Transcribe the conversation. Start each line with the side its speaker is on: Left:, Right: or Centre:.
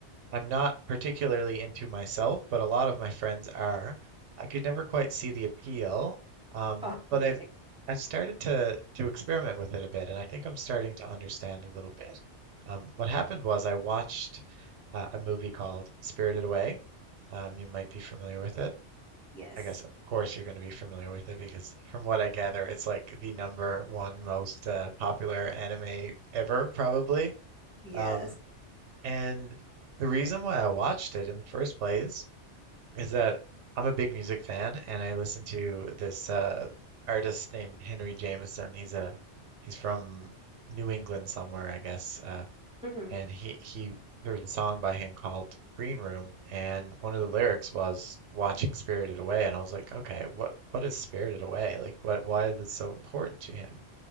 Right: I'm not particularly into myself, but a lot of my friends are. I could never quite see the appeal, um,
Centre: Oh,
Right: but
Centre: okay.
Right: I've I've started to to experiment with it a bit, and I think I'm starting to understand a little bit. Um, what happened was I watched uh, a movie called Spirited Away. Um, you might be familiar with it.
Centre: Yes.
Right: I guess of
Centre: <laughs>
Right: course you're going to be familiar with it because from what I gather, it's like the number one most uh, popular anime ever, probably.
Centre: Yes.
Right: Um, and the reason why I watched it in the first place is that I'm a big music fan and I listen to this uh, artist named Henry Jameson. He's a he's from New England somewhere, I guess. Uh,
Centre: hmm
Right: and he he there was a song by him called Green Room, and one of the lyrics was watching Spirited Away, and I was like, okay, what what is Spirited Away? Like, what why is it so important to him?